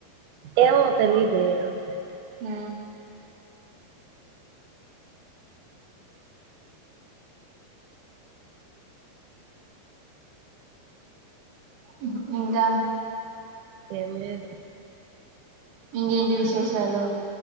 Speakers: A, on the right; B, on the right.
A: ఏమో తెలీద్ <unintelligible>
B: హ్ ఉ హ్ ఇంకా
A: ఏం నీరు
B: ఇంగెంటి విశేషాలు